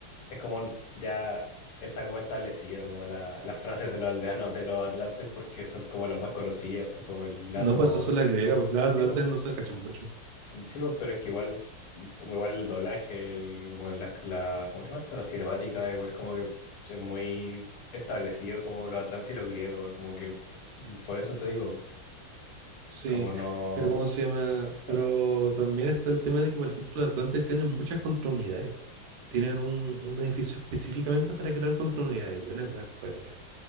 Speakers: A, on the left (about 80°); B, on the right (about 65°).
A: es como ya está como establecido como la, las frases de los aldeanos de los atlantes porque son como las más conocidas, pues como el
B: No,
A: Atmos.
B: pues eso es la griega, pues las atlantes
A: Sí, pues,
B: no se cachan mucho.
A: Sí, pues, pero es que igual, igual el doblaje, el, como la, la, ¿cómo se llama esto? La cinemática, igual como que es muy establecido como los atlantes y los griegos, como que mm, por eso te digo,
B: Sí,
A: como no,
B: pero ¿cómo se llama? Pero
A: ¿no?
B: también está el tema de que, por ejemplo, los atlantes tienen muchas contraunidades. Tienen un, un edificio específicamente para crear contraunidades y una wea acuática.